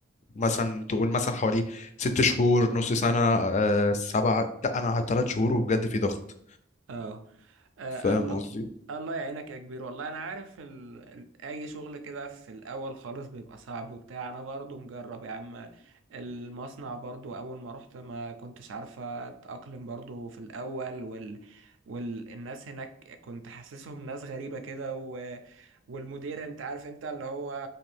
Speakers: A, on the left (about 40°); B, on the right (about 80°).
A: مثلا تقول مثلا حوالي ست شهور نص سنة أه سبعة لا أنا قعدت تلات شهور وبجد في ضغط
B: اه آه،
A: فاهم
B: الله
A: قصدي؟
B: الله يعينك يا كبير والله انا عارف ال... ال- اي شغل كده في الاول خالص بيبقى صعب وبتاع انا برضو مجرب يا عم المصنع برضو اول ما رحت ما كنتش عارفة اتأقلم برضو في الاول وال... والناس هناك كنت حاسسهم ناس غريبة كده و... والمدير انت عارف انت اللي هو